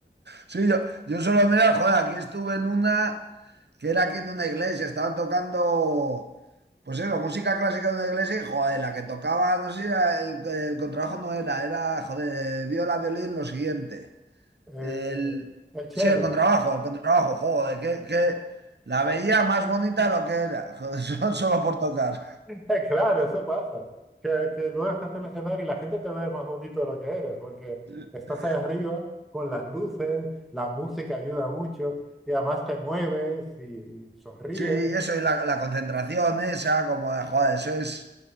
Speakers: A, on the right; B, in the centre.
A: Sí, yo, yo solo mira, joder, aquí estuve en una que era aquí en una iglesia, estaban tocando, pues eso, música clásica de una iglesia y joder, la que tocaba, no sé, si era el, el contrabajo no era, era, joder, viola, violín, lo siguiente.
B: Eh, eh,
A: El,
B: el chelo.
A: sí, el contrabajo, el contrabajo, joder, que, que la veía más bonita de lo que era, joder, <laughs> solo por tocar.
B: <laughs> Claro, eso pasa. Que, que luego estás en el escenario y la gente te ve más bonito de lo que eres, porque
A: <laughs>
B: estás ahí arriba con las luces, la música ayuda mucho y además te mueves y sonríes.
A: Sí, y eso, y la, la concentración esa, como de, joder, eso es,